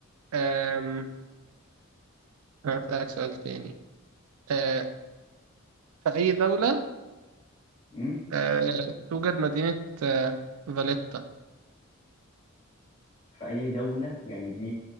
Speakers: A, on the right; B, on the left.
A: آم، هسألك سؤال تاني آه في أي دولة
B: امم
A: آه، توجد مدينة آه، فاليتا
B: في اي دولة يعني دي